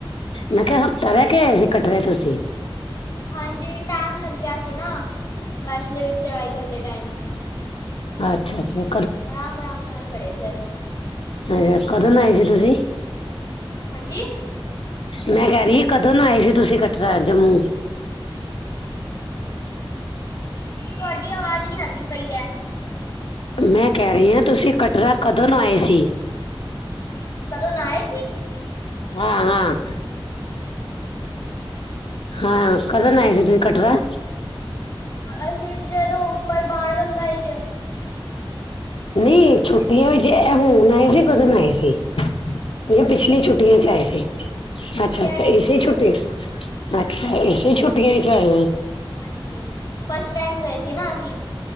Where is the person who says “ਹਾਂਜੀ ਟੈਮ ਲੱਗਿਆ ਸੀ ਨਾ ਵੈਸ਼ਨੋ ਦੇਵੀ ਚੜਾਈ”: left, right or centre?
Left